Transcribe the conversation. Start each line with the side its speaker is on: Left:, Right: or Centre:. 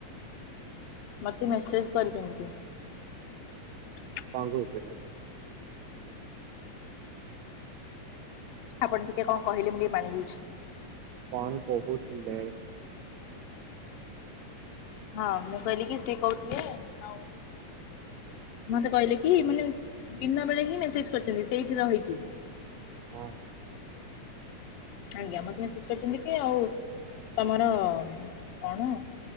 Left: ମତେ ମେସେଜ୍ କରିଚନ୍ତି କିଏ?
Right: କଣ କୋହୁଚନ୍ତି?
Left: ଆପଣ ଟିକେ କଣ କହିଲେ ମୁଁ ଟିକେ ପାଣି ପିଉଛି।
Right: କଣ କୋହୁଥୁଲୁ?
Left: ହଁ ମୁଁ କହିଲି କି ସେ କୋହୁଥିଲେ ଆଉ ମତେ କହିଲେ କି ମାନେ ଦିନ ବେଳେ ହିଁ ମେସେଜ କରିଚନ୍ତି ସେଇଠି ରହିକି।
Right: ହଁ।
Left: ଆଜ୍ଞା ମତେ ମେସେଜ କରିଚନ୍ତି ଯେ ଆଉ ତମର କଣ